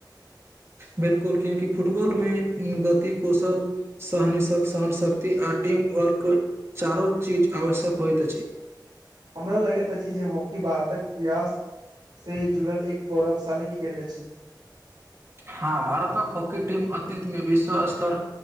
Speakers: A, on the right; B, on the right.
A: बिल्कुल कियाकि फुटबॉल मे गति कौशल सहन सहन शक्ति आ टीम वर्क चारो चीज आवश्यक होइत अछि
B: हमरा लगैत अछि जे हॉकी भारतक इतिहास से जुड़ल एक गौरवसँ खेल छी
A: हँ भारतक हॉकी टीम अतीतमे विश्व स्तर